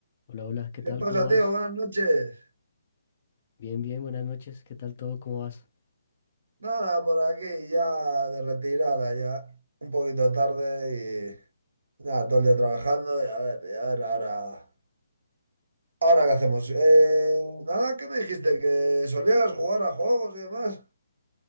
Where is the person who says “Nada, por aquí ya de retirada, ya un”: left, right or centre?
Right